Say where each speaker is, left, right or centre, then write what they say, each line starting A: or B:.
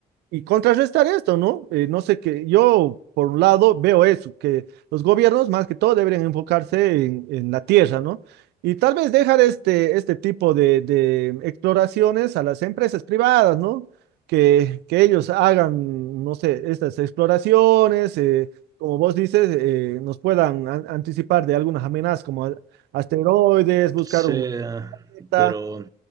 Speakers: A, on the right; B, on the right.
A: y contrarrestar esto, ¿no? Eh, no sé que yo, por un lado, veo eso, que los gobiernos más que todo deberían enfocarse en, en la tierra, ¿no? Y tal vez dejar este, este tipo de, de exploraciones a las empresas privadas, ¿no? Que, que ellos hagan, no sé, estas exploraciones, eh, como vos dices, eh, nos puedan an- anticipar de algunas amenazas como a- asteroides, buscar
B: Sí,
A: un
B: eh,
A: planeta.
B: pero,